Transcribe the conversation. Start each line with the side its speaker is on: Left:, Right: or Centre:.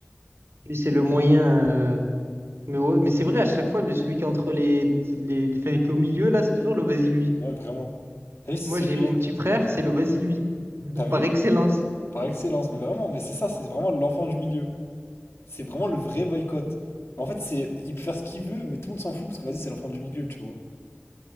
Right: Lui, c'est le moyen. euh, Mais, ouais, mais c'est vrai, à chaque fois, le, celui qui est entre les, les, enfin, qui est au milieu, là, c'est toujours le vas-y lui.
Left: Ouais, vraiment. T'as vu, c'est
Right: Moi, j'ai
Left: celui.
Right: mon petit frère, c'est le vas-y lui, <laughs>
Left: T'as vu?
Right: par excellence.
Left: Par excellence, mais vraiment, mais c'est ça, c'est vraiment l'enfant du milieu. C'est vraiment le vrai boycott. Mais en fait, c'est, il peut faire ce qu'il veut, mais tout le monde s'en fout parce que vas-y, c'est l'enfant du milieu, tu vois.